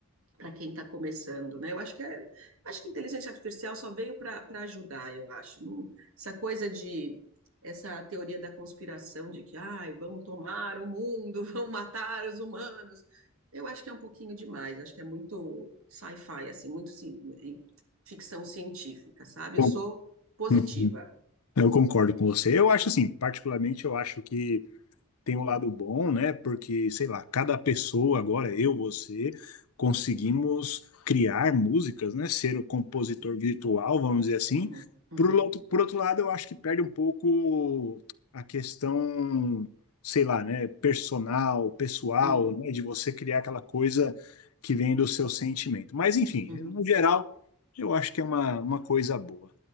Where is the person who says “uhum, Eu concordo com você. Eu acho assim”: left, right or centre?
Left